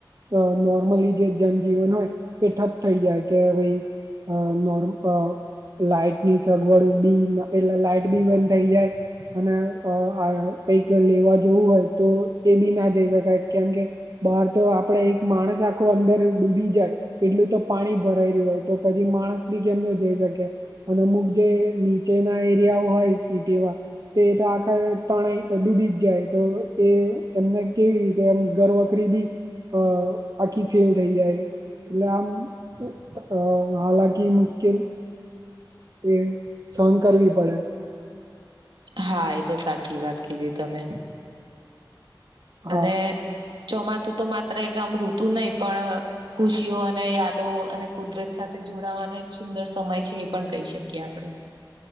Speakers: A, on the right (about 50°); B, on the right (about 75°).
A: અ નોર્મલી જે જનજીવન હોય એ ઠપ થઈ જાય કે ભઈ અ નોર્મ અ. લાઈટની સગવડ બી એટલે લાાઈટ બી બંધ થઈ જાય અને અ આ કઈક લેવા જવું હોય તો એ બી ના જઈ શકાય કેમ કે બહાર તો આપડે એક માણસ આખો અંદર ડૂબી જાય. એટલું તો પાણી ભરાય રહ્યું હોય તો પછી માણસ બી કેમનો જઈ શકે. અને અમુક જે નીચેના એરિયા હોય સિટીમાં તે તો આ ઘર તણાઈ ડૂબી જ જાય તો એ એમને કેવી રીતે એમ ઘરવકરી બી અ આખી ફેઇલ થઈ જાય એટલે આમ ત અ હાલાકી મુશ્કેલ એ સહન કરવી પડે.
B: હા એ તો સાચી વાત કીધી તમે અને
A: હા
B: ચોમાસું તો માત્ર એક આમ ઋતુ નહી પણ ખુશીઓ અને યાદો અને કુદરત સાથે જોડાવાનો એક સુંદર સમય છે એ પણ કહી શકીએ આપણે.